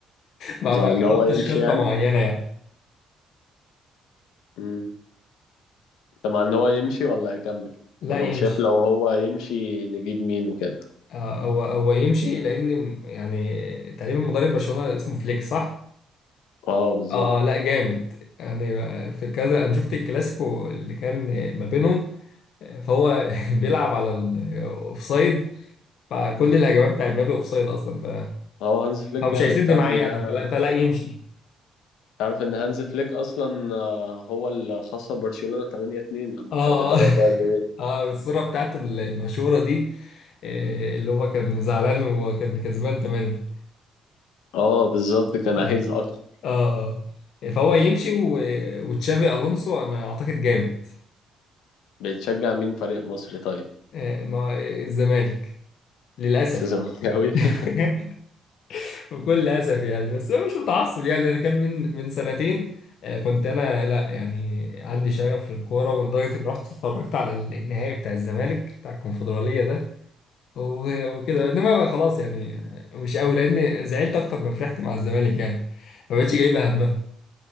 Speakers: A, on the left; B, on the left.
A: ما
B: مع
A: ما
B: ان
A: بيحطش
B: هو يمشي
A: خطة
B: يعني
A: معينة يعني
B: امم انت مع ان هو يمشي ولا يكمل
A: لا
B: ولو
A: يمشي
B: شاف لو هو يمشي نجيب مين وكده
A: آه هو هو يمشي لان يعني تقريبا مدرب برشلونة اسمه فليك صح؟
B: اه بالظبط
A: اه آه، لا جامد يعني في كذا انا شفت الكلاسيكو اللي كان ما بينهم فهو <laughs> بيلعب على الاوفسايد فكل الهجمات بتاعت مبابي اوفسايد اصلا ف...
B: اه هانز فليك
A: فمش
B: جامد
A: هيسد
B: تعرف
A: معاه
B: انها
A: يعني فلا, فلا يمشي
B: تعرف ان هانز فليك اصلا آه، هو اللي خسر برشلونة 8-2 لما
A: اه
B: كان بيدرب
A: اه
B: بايرن
A: <laughs> اه الصورة بتاعته المشهورة دي آه، اللي هو كان زعلان وكان كسبان 8
B: اه بالظبط كان
A: اه
B: عايز اكتر
A: اه اه فهو يمشي و- وتشافي الونسو انا اعتقد جامد
B: بتشجع مين فريق مصر طيب
A: آه، ما الزمالك للاسف
B: انت زملكاوي
A: <laughs>
B: <laughs>
A: بكل اسف يعني بس انا مش متعصب يعني انا كان من من سنتين آه، كنت انا لا يعني عندي شغف للكوره ولدرجه اني رحت اتفرجت على النهائي بتاع الزمالك بتاع الكونفدراليه ده و- وكده انما بقى خلاص يعني آه، مش قوي لان زعلت اكتر ما فرحت مع الزمالك يعني ما بقتش جايبه همها